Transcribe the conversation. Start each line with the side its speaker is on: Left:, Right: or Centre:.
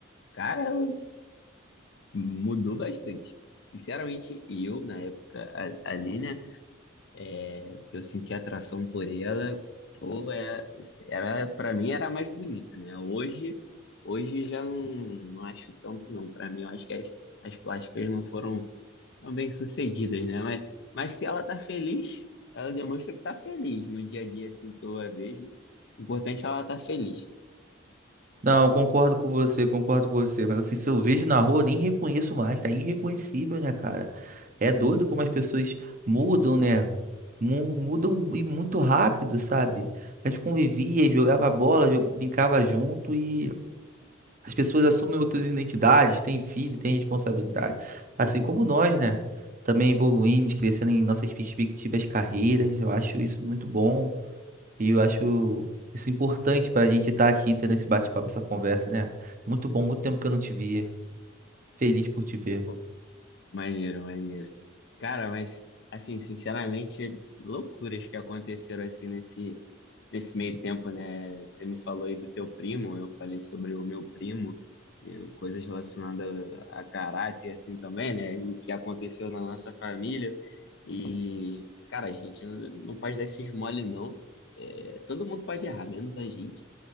Left: cara, mudou bastante. Sinceramente, eu, na época a- ali, né, é, que eu senti atração por ela, pô, é, era, pra mim era mais bonita, né? Hoje, hoje já não, não acho tanto, não. Pra mim, eu acho que as, as plásticas não foram são bem-sucedidas, né? Mas, mas se ela tá feliz, ela demonstra que tá feliz no dia a dia, assim, que eu a vejo. O importante é ela tá feliz.
Right: Não, concordo com você, concordo com você. Mas assim, se eu vejo na rua, eu nem reconheço mais. Tá irreconhecível, né, cara? É doido como as pessoas mudam, né? Mu- Mudam e muito rápido, sabe? A gente convivia, jogava bola, jo- brincava junto e as pessoas assumem outras identidades, têm filho, têm responsabilidade. Assim como nós, né? Também evoluímos, crescendo em nossas perspectivas, carreiras. Eu acho isso muito bom. E eu acho isso importante para a gente estar aqui tendo esse bate-papo, essa conversa, né? Muito bom, muito tempo que eu não te via. Feliz por te ver.
Left: Pô, maneiro, maneiro. Cara, mas, assim, sinceramente, loucuras que aconteceram, assim, nesse nesse meio tempo, né, você me falou aí do teu primo, eu falei sobre o meu primo, eu- coisas relacionadas a caráter, assim, também, né, e que aconteceu na nossa família, e, cara, a gente não pode dar esses mole, não, É, todo mundo pode errar, menos a gente,